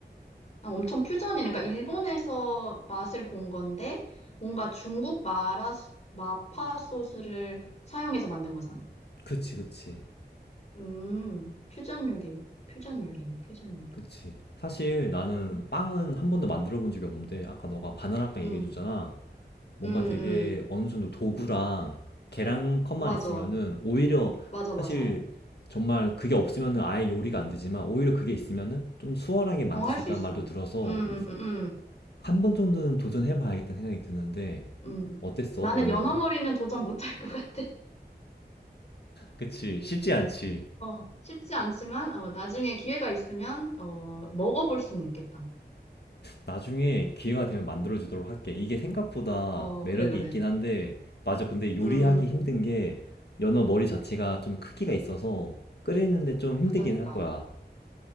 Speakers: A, on the left (about 40°); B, on the left (about 70°).
A: 아, 엄청 퓨전이네. 그러니까 일본에서 맛을 본 건데, 뭔가 중국 마라, 마파 소스를 사용해서 만든 거잖아.
B: 그치, 그치,
A: 음, 퓨전 요리, 퓨전 요리네, 퓨전 요리.
B: 그치. 사실 나는
A: 어,
B: 빵은 한 번도 만들어 본 적이 없는데 아까 너가 바나나 빵
A: 음,
B: 얘기해 줬잖아. 뭔가
A: 음,
B: 되게
A: 음.
B: 어느 정도 도구랑 계량컵만
A: 맞아.
B: 있으면은 오히려
A: 맞아, 맞아.
B: 사실 정말 그게 없으면은 아예 요리가 안 되지만 오히려 그게 있으면은 좀 수월하게 만들
A: 어, 할
B: 수
A: 수
B: 있다는
A: 있어.
B: 말도 들어서
A: 음, 음. 음.
B: 한 번 정도는 도전해 봐야겠다는 생각이 드는데
A: 음.
B: 어땠어?
A: 나는
B: 연어는?
A: 연어머리는 도전 못할 것 같아.
B: 그치. 쉽지 않지.
A: 어, <laughs> 쉽지 않지만, 어, 나중에 기회가 있으면, 어, 먹어볼 수는 있겠다.
B: 나중에 기회가 되면 만들어 주도록 할게. 이게 생각보다
A: 어,
B: 매력이
A: 그래, 그래.
B: 있긴 한데 맞아. 근데 요리하기
A: 음,
B: 힘든 게 연어 머리 자체가 좀 크기가 있어서 끓이는데 좀 힘들긴
A: 그러니까.
B: 할 거야.